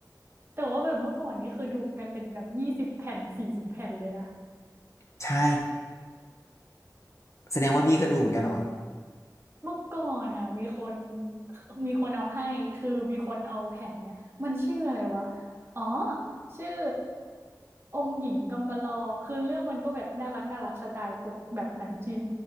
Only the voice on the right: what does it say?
แต่ว่าแบบเมื่อก่อนนี้คือดูกันเป็นแบบยี่สิบแผ่นสี่สิบแผ่นเลยนะ
เมื่อก่อนอ่ะมีคนมีคนเอาให้คือมีคนเอาแผ่นเนี่ยมันชื่ออะไรวะอ๋อชื่อองค์หญิงกำมะลอคือเรื่องมันก็แบบน่ารักน่ารักสไตล์ปกแบบหนังจีน